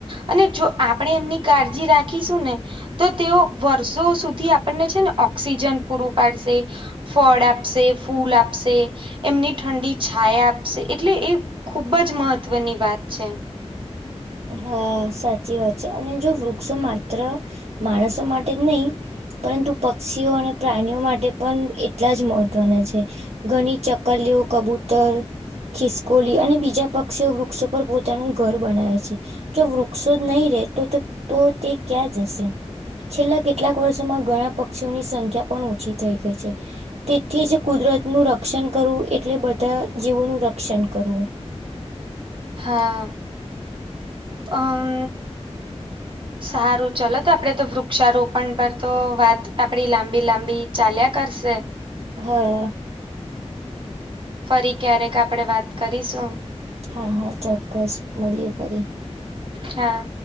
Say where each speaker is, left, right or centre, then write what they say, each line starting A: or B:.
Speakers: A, on the right; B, on the right.
A: અને જો આપણેે એમની કાળજી રાખીશું ને. તો તેઓ વર્ષો સુધી આપણને છે ને ઓક્સિજન પૂરું પાડશે ફળ આપશે ફૂલ આપશે એમની ઠંડી છાયા આપશે એટલે એ ખૂબ જ મહત્વની વાત છે.
B: હા સાચી વાત છે અને જો વૃક્ષો માત્ર માણસો માટે જ નહી પરંતુ પક્ષીઓ અને પ્રાણીઓ માટે પણ એટલા જ મહત્વના છે. ઘણી ચક્કલીઓ કબૂતર ખિસકોલી અને બીજા પક્ષીઓ વૃક્ષો પર પોતાનું ઘર બનાવે છે. જો વૃક્ષો નહીિ રેતો તો તે ક્યાં જ હશે છેલ્લા કેટલાક વર્ષોમાં ઘણા પક્ષીઓની સંખ્યા પણ ઓછી થઈ ગઈ છે. તેથી જ કુદરત નું રક્ષણ કરવું એટલે બધા જીવોનું રક્ષણ કરવું.
A: હા અમ સારું ચલો તો આપડે તો વૃક્ષારોપણ પર તો વાત આપડી લાંબી લાંબી ચાલ્યા કરશે
B: હા
A: ફરી ક્યારેક આપણેે વાત કરીશું
B: હા હા ચોક્કસ મળએ ફરી
A: હા